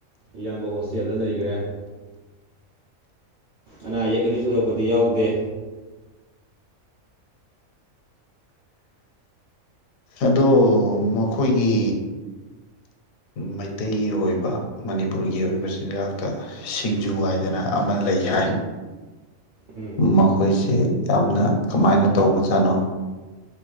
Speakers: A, on the right; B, on the left.
A: ꯏꯌꯥꯝꯕ ꯍꯣꯁꯇꯦꯜꯗ ꯂꯩꯈ꯭ꯔꯦ ꯑꯅꯥ ꯑꯌꯦꯛ ꯀꯩꯁꯨ ꯁꯣꯏꯗꯣꯛꯄꯗꯤ ꯌꯥꯎꯗꯦ
B: ꯑꯗꯣ ꯃꯈꯣꯏꯒꯤ ꯃꯩꯇꯩꯒꯤ ꯑꯣꯏꯕ ꯃꯅꯤꯄꯨꯔꯒꯤ ꯑꯣꯏꯕ ꯆꯤꯟꯖꯥꯛꯇ ꯁꯤꯡꯖꯨ ꯍꯥꯏꯗꯅ ꯑꯃ ꯂꯩ ꯍꯥꯏ
A: ꯎꯝ
B: ꯃꯈꯣꯏꯁꯤ ꯌꯥꯝꯅ ꯀꯃꯥꯏꯅ ꯇꯧꯕꯖꯥꯠꯅꯣ